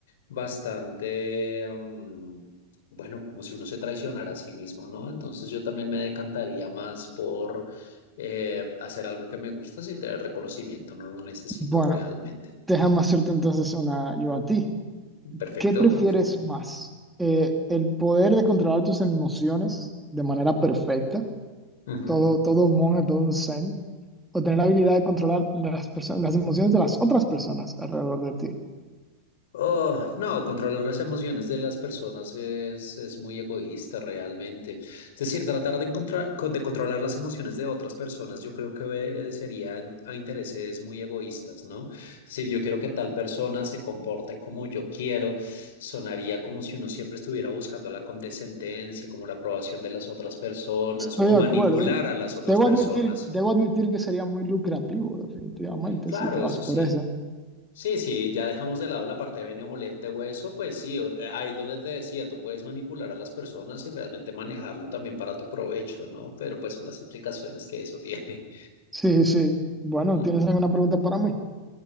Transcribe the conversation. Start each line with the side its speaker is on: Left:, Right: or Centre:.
Left: bastante, mm, bueno, como si uno se traicionara a sí mismo, ¿no? Entonces yo también me decantaría más por eh, hacer algo que me gusta sin tener reconocimiento, no lo necesito
Centre: Bueno,
Left: realmente.
Centre: déjame hacerte entonces una yo a ti.
Left: Perfecto,
Centre: ¿Qué prefieres
Left: ok.
Centre: más? Eh, ¿el poder de controlar tus emociones de manera perfecta?
Left: Ujú.
Centre: Todo, todo un monje, todo un zen. ¿O tener la habilidad de controlar las personas, las emociones de las otras personas alrededor de ti?
Left: Oh, no, controlar las emociones de las personas es, es muy egoísta realmente. Es decir, tratar de encontrar, co- de controlar las emociones de otras personas, yo creo que obedecería en- a intereses muy egoístas, ¿no? Es decir, yo quiero que tal persona se comporte como yo quiero, sonaría como si uno siempre estuviera buscando la condescendencia, como la aprobación de las otras personas
Centre: Estoy
Left: o
Centre: de
Left: manipular
Centre: acuerdo.
Left: a las otras
Centre: Debo
Left: personas.
Centre: admitir, debo admitir que sería muy lucrativo, definitivamente,
Left: Claro,
Centre: si te vas
Left: eso
Centre: por
Left: sí.
Centre: eso.
Left: Sí, sí, ya dejamos de lado la parte benevolente o eso, pues sí, o- eh, ahí donde te decía, tú puedes manipular a las personas y realmente manejarlo también para tu provecho, ¿no? Pero pues son las implicaciones que eso <laughs> tiene.
Centre: Sí, sí. Bueno,
Left: Mm.
Centre: ¿tienes alguna pregunta para mí?